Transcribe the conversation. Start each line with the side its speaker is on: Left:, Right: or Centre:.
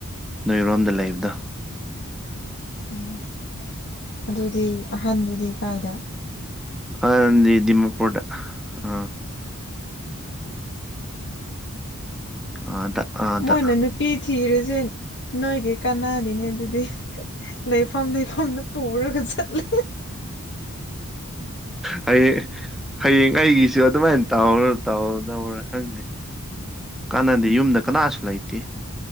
Centre: ꯅꯣꯏꯔꯣꯝꯗ ꯂꯩꯕꯗꯣ
Left: ꯎꯝ ꯑꯗꯨꯗꯤ ꯑꯍꯟꯗꯨꯗꯤ ꯀꯥꯏꯗꯥ
Centre: ꯑꯗꯤ ꯗꯤꯃꯄꯨꯔꯗ ꯑ ꯑꯥꯗ ꯑꯥꯗ
Left: ꯃꯣꯏꯅ ꯅꯨꯄꯤ ꯊꯤꯔꯁꯦ ꯅꯣꯏꯒꯤ ꯀꯅꯥꯗꯤꯅꯦ ꯑꯗꯨꯗꯤ ꯂꯩꯐꯝꯗꯤ ꯐꯝꯅ ꯄꯨꯔꯒ ꯆꯠꯂꯦ
Centre: ꯍꯩꯌꯦ ꯍꯌꯦꯡ ꯑꯩꯒꯤꯁꯨ ꯑꯗꯨꯃꯥꯏꯅ ꯇꯥꯎꯔ ꯇꯥꯎꯗꯧꯔ ꯈꯪꯗꯦ ꯀꯥꯟꯅꯗꯦ ꯌꯨꯝꯗ ꯀꯅꯥꯁꯨ ꯂꯩꯇꯦ